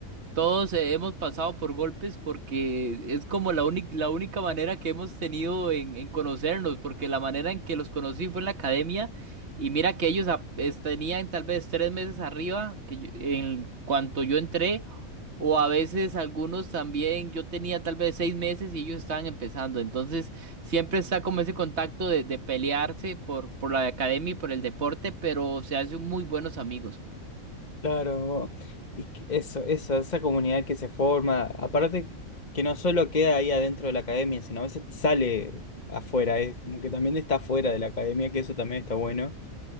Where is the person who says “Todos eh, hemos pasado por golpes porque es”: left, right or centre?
Right